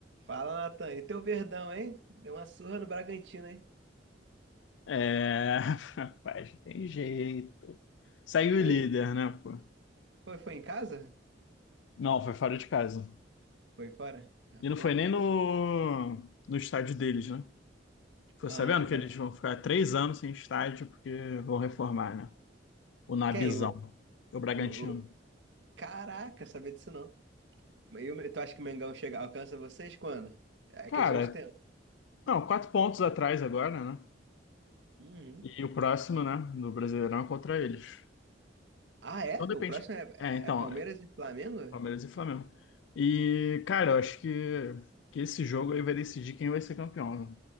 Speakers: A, on the right; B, on the left.
A: Fala, Natan. E teu Verdão, hein? Deu uma surra no Bragantino, hein?
B: É, <laughs> rapaz, não tem jeito. Segue o
A: Dois...
B: líder, né, pô?
A: Foi, foi em casa?
B: Não, foi fora de casa.
A: Foi fora? Tá
B: E
A: boa.
B: não foi nem no, no estádio deles, né? Ficou
A: Ah,
B: sabendo que
A: tá.
B: eles vão ficar três anos sem estádio porque vão reformar, né? O Nabizão,
A: Quem? O,
B: o Bragantino.
A: o, o... Caraca, sabia disso não. Mas e o- tu acha que o Mengão chega, alcança vocês quando? É
B: Cara,
A: questão de tempo.
B: não, quatro pontos atrás agora, né?
A: Uhum.
B: E o próximo, né, do Brasileirão é contra eles.
A: Ah, é?
B: Então depende.
A: O próximo é,
B: É, então,
A: é Palmeiras
B: é
A: e Flamengo?
B: Palmeiras e Flamengo. E, cara, eu acho que, que esse jogo aí vai decidir quem vai ser campeão, né?